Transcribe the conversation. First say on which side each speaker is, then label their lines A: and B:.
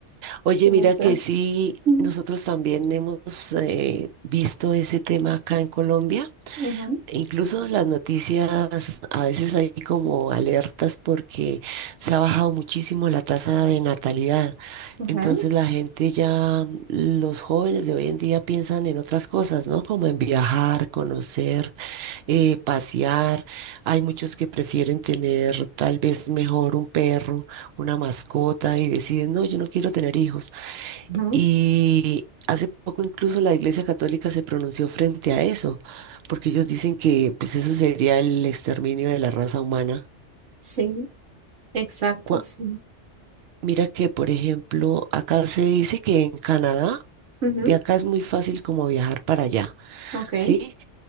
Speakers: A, on the right; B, on the right.
A: Oye,
B: no
A: mira
B: sé.
A: que sí,
B: Mm,
A: nosotros también hemos eh, visto ese tema acá en Colombia.
B: ujú,
A: e Incluso en las noticias a veces hay como alertas porque se ha bajado muchísimo la tasa de natalidad.
B: ujú,
A: Entonces la gente ya, los jóvenes de hoy en día piensan en otras cosas, ¿no? Como en viajar, conocer, eh, pasear. Hay muchos que prefieren tener tal vez mejor un perro, una mascota y deciden, no, yo no quiero tener hijos.
B: ujú.
A: Y hace poco incluso la Iglesia Católica se pronunció frente a eso, porque ellos dicen que pues eso sería el exterminio de la raza humana.
B: Sí, exacto,
A: Cua-
B: sí.
A: Mira que, por ejemplo, acá se dice que en Canadá,
B: Ujú,
A: de acá es muy fácil como viajar para allá,
B: ok.
A: ¿sí?